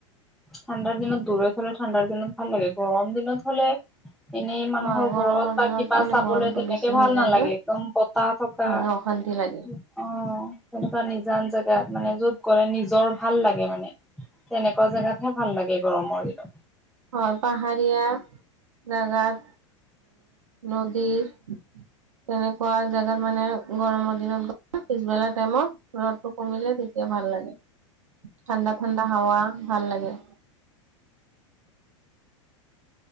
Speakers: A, in the centre; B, on the right (about 85°).
A: ঠাণ্ডাৰ দিনত দূৰ থলে ঠাণ্ডাৰ দিনত ভাল লাগে গৰম দিনত হলে। এনেই মানুহৰ
B: হয় গৰমৰ
A: ঘৰত বা
B: দিনত
A: কিবা
B: মানে
A: চাবলে
B: গৰমটো
A: তেনেকে
B: বেছি
A: ভাল
B: হৈ
A: নালাগে
B: যায় যে
A: একদম বতাহ থকা
B: মানে
A: অহ।
B: অশান্তি লাগে
A: তেনেকুৱা নিজান জেগাত, মানে, যত গ'লে নিজৰ ভাল লাগে মানে, তেনেকুৱা জেগাত বৰ ভাল লাগে গৰমৰ দিনত।
B: হয়, পাহাৰীয়া জেগাত, নদী তেনেকুৱা জেগাত মানে, গৰমৰ দিনত পিছবেলা টাইমত ৰদটো কমিলে তেতিয়া ভাল লাগে । ঠাণ্ডা-ঠাণ্ডা হাৱা ভাল লাগে।